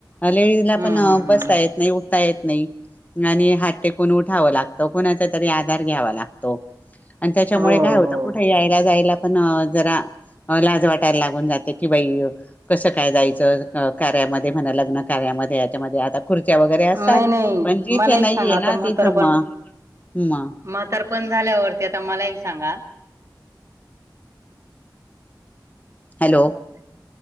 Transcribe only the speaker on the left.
लेडीजला
पण
बसता
येत नाही उठता येत नाही आणि हात टेकून उठावं लागत. कुणाचा तरी आधार घ्यावा लागतो, आणि त्याच्यामुळे
काय होत
कुठे यायला जायला पण जरा लाज वाटायला लागून जाते की बाई कसं काय जायचं कार्यामध्ये म्हणा लग्न कार्यामध्ये याच्यामध्ये आता खुर्च्या वगैरे असतात,
पण जिथे
नाहीये
ना
तिथं
म म
हॅलो